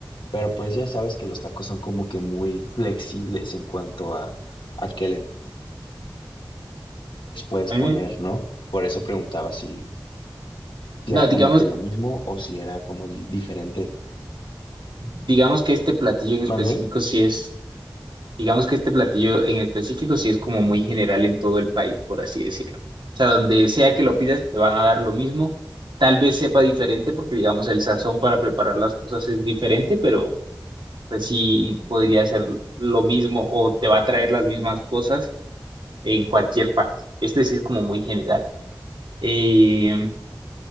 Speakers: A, on the left; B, on the right.
A: Pero pues ya sabes que los tacos son como que muy flexibles en cuanto a, a qué le- les puedes
B: A
A: poner,
B: mí me-
A: ¿no? Por eso preguntaba si, si
B: No,
A: era
B: digamos,
A: como que lo mismo o si era como di- diferente.
B: digamos que este platillo en específico
A: ¿Mandé?
B: sí es Digamos que este platillo en específico sí es como muy general en todo el país, por así decirlo. O sea, donde sea que lo pidas, te van a dar lo mismo. Tal vez sepa diferente porque, digamos, el sazón para preparar las cosas es diferente, pero pues sí podría ser lo mismo o te va a traer las mismas cosas en cualquier parte. Este sí es como muy general. Eh,